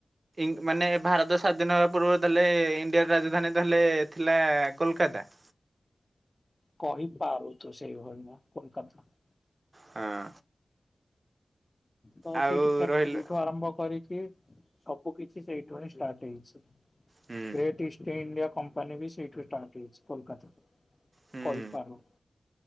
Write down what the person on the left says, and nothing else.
କହିପାରୁ, ତୁ ସେଇଭଳିନା କୋଲକତା ।
ତ
ସେଇଠି ଫ୍ୟାକ୍ଟ୍ରିଠୁ
ଆରମ୍ଭ କରିକି ସବୁ କିଛି ସେଇଥିପାଇଁ ଷ୍ଟାର୍ଟ ହେଇଛି ।
ଗ୍ରେଟ୍ ଇଷ୍ଟ ଇଡିଆ କମ୍ପାନୀ ବି ସେଇଠୁଷ୍ଟାର୍ ହେଇଛି, କୋଲକାତା ।
କହିପାରୁ।